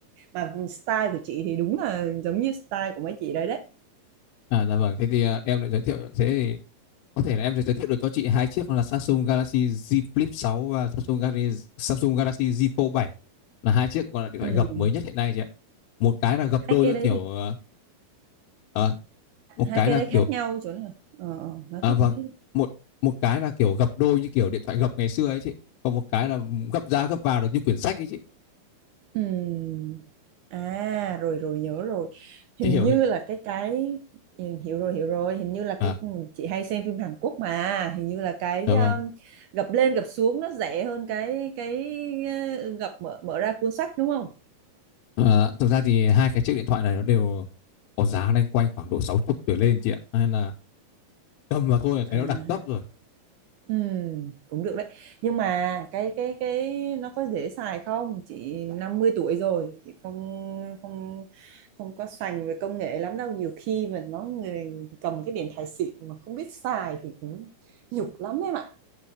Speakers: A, on the right; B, on the left.
A: mà style của chị thì đúng là giống như style của mấy chị đấy đấy
B: à dạ vâng, thế thì à, em lại giới thiệu thế thì có thể là em sẽ giới thiệu được cho chị hai chiếc đó là Samsung Galaxy Z Flip 6 và Samsung Galaxy Samsung Galaxy Z Fold 7 là hai chiếc gọi là điện
A: ừ.
B: thoại gập mới nhất hiện nay chị ạ. Một cái là gập đôi
A: hai cái
B: là
A: đấy
B: kiểu
A: thì
B: à, à, một
A: hai
B: cái
A: cái
B: là
A: đấy khác
B: kiểu
A: nhau chỗ nào ờ, ờ, nói
B: à
A: tiếp
B: vâng,
A: nói tiếp đi.
B: một một cái là kiểu gập đôi như kiểu điện thoại gập ngày xưa ấy chị. Còn một cái là gập ra gập vào được như quyển sách ấy chị.
A: Ừm, à rồi rồi nhớ rồi hình
B: Chị hiểu
A: như
B: ấy.
A: là cái cái ừ, hiểu rồi hiểu rồi hình như là
B: À
A: cái chị hay xem phim Hàn Quốc mà hình như là cái
B: dạ
A: um,
B: vâng.
A: gập lên gập xuống nó rẻ hơn cái cái uh, gập mở mở ra cuốn sách đúng không
B: À, thực ra thì hai cái chiếc điện thoại này nó đều có giá lên quanh khoảng độ 60 tuổi lên chị ạ. Nên là cầm vào thôi là
A: à
B: thấy nó đẳng cấp rồi
A: Ừ, cũng được đấy nhưng mà cái cái cái nó có dễ xài không chị 50 tuổi rồi chị không không không có sành về công nghệ lắm đâu nhiều khi mà nó người cầm cái điện thoại xịn mà không biết xài thì cũng nhục lắm em ạ